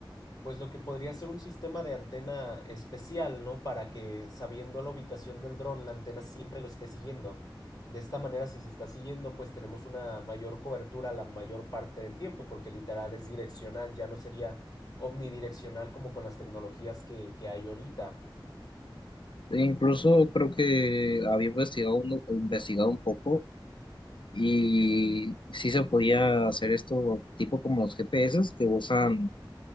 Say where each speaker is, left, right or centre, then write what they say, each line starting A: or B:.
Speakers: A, on the left; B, on the left.
A: Pues lo que podría ser un sistema de antena especial, ¿no? Para que sabiendo la ubicación del dron, la antena siempre lo esté siguiendo. De esta manera, si se está siguiendo, pues tenemos una mayor cobertura la mayor parte del tiempo, porque literal es direccional, ya no sería omnidireccional como con las tecnologías que, que hay ahorita.
B: E incluso creo que había investigado un, investigado un poco y sí se podía hacer esto tipo como los GPS que usan